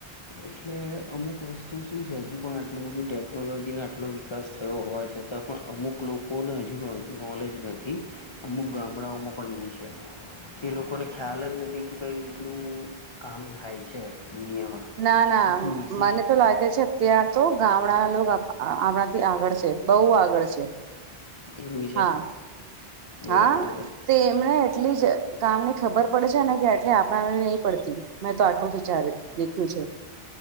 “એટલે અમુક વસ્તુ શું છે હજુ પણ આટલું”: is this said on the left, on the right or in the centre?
Left